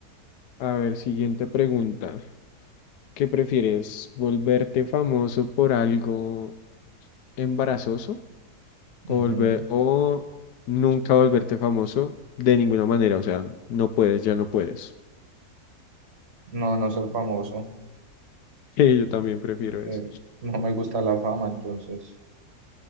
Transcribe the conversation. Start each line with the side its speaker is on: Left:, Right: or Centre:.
Left: A ver, siguiente pregunta. ¿Qué prefieres? ¿Volverte famoso por algo embarazoso? ¿O
Right: Ujú.
Left: volver, o nunca volverte famoso de ninguna manera? O sea, no puedes, ya no puedes. <laughs>
Right: No, no ser famoso.
Left: Sí, yo también prefiero eso.
Right: Eh, no me gusta la fama, entonces